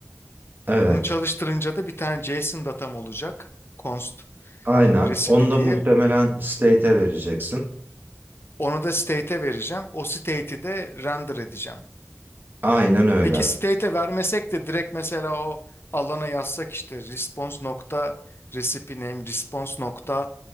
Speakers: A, on the right; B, on the left.
A: Evet.
B: Bunu çalıştırınca da bir tane JSON datam olacak. Const
A: Aynen.
B: recipe
A: Onu da
B: diye.
A: muhtemelen state'e vereceksin.
B: Onu da state'e vereceğim. O state'i de render edeceğim.
A: Aynen öyle.
B: Peki state'e vermesek de direkt mesela o alana yazsak işte response nokta recipe name, response nokta